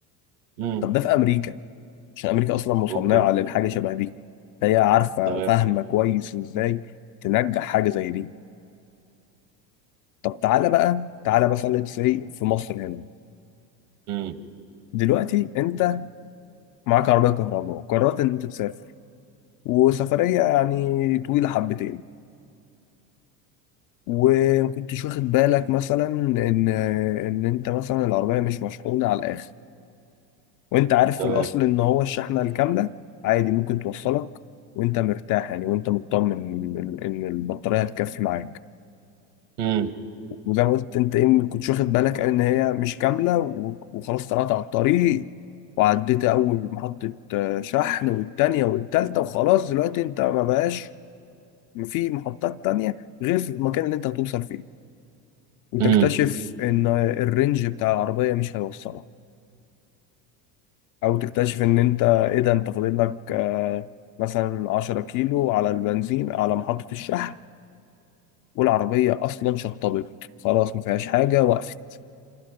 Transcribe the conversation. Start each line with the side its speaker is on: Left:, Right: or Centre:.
Right: امم
Left: طب ده في أمريكا عشان أمريكا أصلا مصنعة
Right: اوكي
Left: للحاجة شبه دي فهي عارفة
Right: تمام
Left: فاهمة كويس إزاي تنجح حاجة زي دي طب تعالى بقى تعالى مثلا سي في مصر هنا
Right: امم
Left: دلوقتي أنت معاك عربية كهرباء وقررت إن أنت تسافر وسفرية يعني طويلة حبتين وما كنتش واخد بالك مثلا ان ان انت مثلا العربيه مش مشحونه على الاخر وانت عارف
Right: تمام
Left: في الاصل ان هو الشحنه الكامله عادي ممكن توصلك وانت مرتاح يعني وانت مطمن ان إن البطاريه هتكفي معاك
Right: امم
Left: وزي ما قلت انت ايه ما كنتش واخد بالك ان هي مش كامله و- وخلاص طلعت على الطريق وعديت اول محطه آه، شحن والتانيه والتالته وخلاص دلوقتي انت ما بقاش في محطات تانيه غير في المكان اللي انت هتوصل فيه وتكتشف
Right: امم
Left: ان الرينج بتاع العربية مش هيوصلها او تكتشف ان انت ايه ده انت فاضل لك آه، مثلا 10 كيلو على البنزين على محطة الشحن والعربية اصلا شطبت خلاص ما فيهاش حاجة وقفت